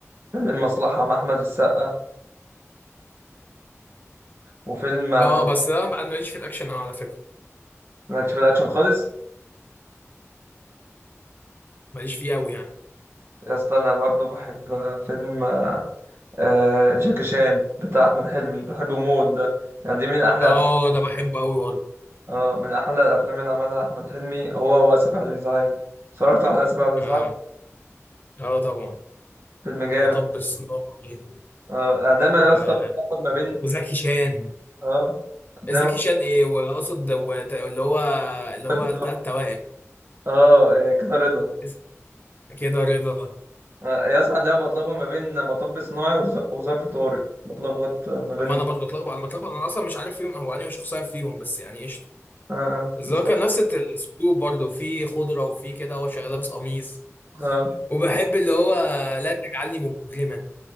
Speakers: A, on the right (about 50°); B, on the left (about 35°).
A: فيلم المصلحة مع احمد السقا وفيلم آه،
B: اه بس ده بقى انا ماليش في الاكشن أوي على فكره
A: مالكش في الاكشن خالص
B: ماليش فيه قوي يعني
A: يا اسطى انا برضه بحب آه، فيلم آه، آه، جاكي شان بتاع احمد حلمي بحبه موت ده يعني دي من احلى
B: اه
A: أفلام
B: ده بحبه قوي برضه
A: اه من احلى الافلام اللي عملها احمد حلمي هو واسف على الازعاج اتفرجت على اسف على الازعاج
B: اه اه طبعا
A: فيلم جامد
B: ومطب صناعي
A: اه يعني دايما
B: و...
A: يا اسطى بتاخد ما بين
B: وزكي شان
A: اه دايما
B: زكي شان ايه واقصد دوت اللي هو اللي هو
A: بتاخد-
B: التلات توائم
A: اه آه، كده رضا
B: اس- كده رضا
A: آه، يا اسطى ده بتلخبط ما بين مطب صناعي وز- وظرف طارئ بتلخبط ما بينهم
B: ما انا برضه اتلخبط انا بتلخبط انا اصلا مش عارف فيهم هو انهي شخصيه فيهم بس يعني قشطه
A: اه آه،
B: بس
A: بالظبط
B: هو كان نفس الاسلوب برضه في خضره وفي كده هو شغال لابس قميص
A: اه
B: وبحب اللي هو لا تجعلني مجرما